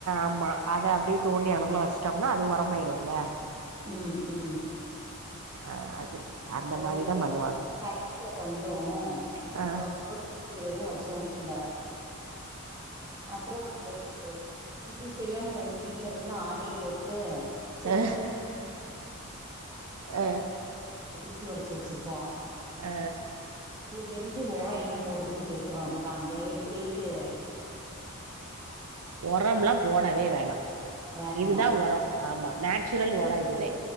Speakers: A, on the right (about 80°); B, on the right (about 15°).
A: ஆமா அத அப்டியே தோண்டி அங்கனகுல்ல வச்சுட்டோம்னா அது ஒரமாயிரும்ல
B: ம் ம்
A: அ அது அந்த
B: ஒரு
A: மாரிதா பண்ணுவாங்க
B: பேக்கெட்ல கண்டு
A: ஆ
B: அ உருக்கிறது வச் சோ வீட்ல அப்றோ ஒரு உங்களுக்கு தெரியாம உங்க வீட்ல இருந்து ஆட்டைய போட்டு செம்பருத்தி
A: அ அ
B: ஒரு குச்சி ஒடைச்சு வச்சிருக்கோ
A: அ
B: உங்களுக்கு தெரிஞ்சு ஒர என்ன போடுறதுன் கேக்கறா அங்க எப்டி இருக்கு
A: ஒரம்லா போடவே வேணா
B: வேண்டா
A: இதுதா ஒரோ ஆமா நேச்சுரல்
B: குச்சி
A: ஒரோ இதுதே